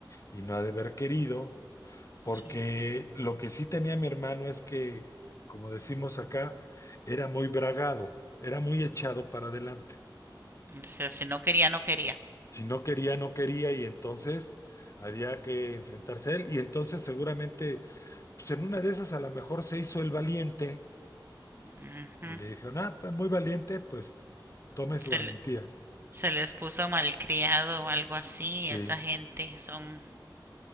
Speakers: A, on the left; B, on the right.
A: y no ha de haber querido, porque
B: sí.
A: lo que sí tenía mi hermano es que, como decimos acá, era muy bragado, era muy echado para adelante.
B: O sea, si no quería, no quería.
A: Si no quería, no quería y entonces había que enfrentarse a él y entonces seguramente, pues en una de esas a lo mejor se hizo el valiente
B: Ujú.
A: y le dijeron, ah, pues muy valiente, pues tome su
B: Se,
A: valentía.
B: le- se les puso malcriado o algo así.
A: Sí.
B: Esa gente son...